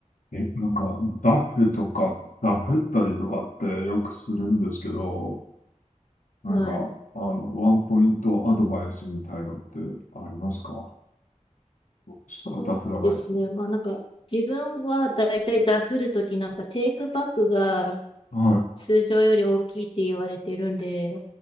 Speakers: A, on the left (about 80°); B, on the left (about 45°).
A: え、なんか、ダフとか、ダフったりとかってよくするんですけど、なんか、
B: はい。
A: あの、ワンポイントアドバイスみたいのってありますかそしたらダフらない。
B: そうですね。まあ、なんか、自分はだいたいダフるときなんかテイクバックが
A: はい。
B: 通常より大きいって言われてるんで、